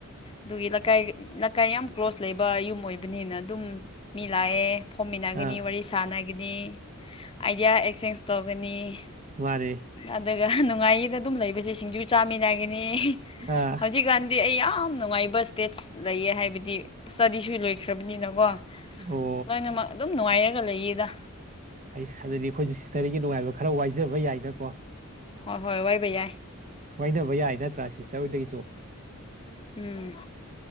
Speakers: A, on the left; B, on the right.
A: ꯑꯗꯨꯒꯤ ꯂꯩꯀꯥꯏ ꯂꯩꯀꯥꯏ ꯌꯥꯝ ꯀ꯭ꯂꯣꯖ ꯂꯩꯕ ꯌꯨꯝ ꯑꯣꯏꯕꯅꯤꯅ ꯑꯗꯨꯝ ꯃꯤ ꯂꯥꯛꯑꯦ ꯐꯣꯝꯃꯤꯟꯅꯒꯅꯤ
B: ꯑꯥ
A: ꯋꯥꯔꯤ ꯁꯥꯟꯅꯒꯅꯤ ꯑꯥꯏꯗꯤꯌꯥ ꯑꯦꯛꯆꯦꯟꯖ ꯇꯧꯒꯅꯤ
B: ꯋꯥꯔꯦ
A: ꯑꯗꯨꯒ ꯅꯨꯡꯉꯥꯏꯌꯦꯗ ꯑꯗꯨꯝ ꯂꯩꯕꯁꯦ ꯁꯤꯡꯖꯨ ꯆꯥꯃꯤꯟꯅꯒꯅꯤ
B: ꯑꯥ
A: ꯍꯧꯖꯤꯛꯀꯥꯟꯗꯤ ꯑꯩ ꯌꯥꯝ ꯅꯨꯡꯉꯥꯏꯕ ꯁ꯭ꯇꯦꯠꯁ ꯂꯩꯌꯦ ꯍꯥꯏꯕꯗꯤ ꯁ꯭ꯇꯗꯤꯁꯨ ꯂꯣꯏꯈ꯭ꯔꯕꯅꯤꯅꯀꯣ
B: ꯑꯣ
A: ꯂꯣꯏꯅꯃꯛ ꯑꯗꯨꯝ ꯅꯨꯡꯉꯥꯏꯔꯒ ꯂꯩꯌꯦꯗ
B: ꯍꯩꯁ ꯑꯗꯨꯗꯤ ꯑꯩꯈꯣꯏꯁꯨ ꯍꯤꯁꯇꯔꯒꯤ ꯅꯨꯡꯉꯥꯏꯕ ꯈꯔ ꯋꯥꯏꯖꯕ ꯌꯥꯏꯅꯀꯣ
A: ꯍꯣꯏ ꯍꯣꯏ ꯋꯥꯏꯕ ꯌꯥꯏ
B: ꯋꯥꯏꯅꯕ ꯌꯥꯏ ꯅꯠꯇ꯭ꯔ ꯁꯤꯁꯇꯔ ꯍꯣꯏꯗꯒꯤꯁꯨ
A: ꯎꯝ